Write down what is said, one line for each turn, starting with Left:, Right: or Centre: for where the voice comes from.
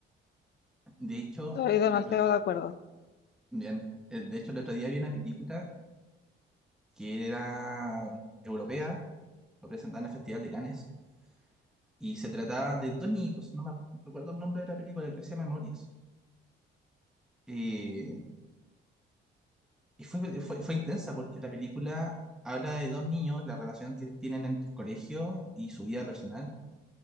Centre: De hecho,
Left: Estoy demasiado
Centre: el otro día...
Left: de acuerdo.
Centre: Bien, Eh, de hecho el otro día vi una película que era europea, lo presentaban en el Festival de Cannes, y se trataba de dos niñitos, no me recuerdo el nombre de la película, creo que se llama Memorias. Eh, y fue, fue, fue intensa porque la película habla de dos niños, la relación que tienen entre el colegio y su vida personal,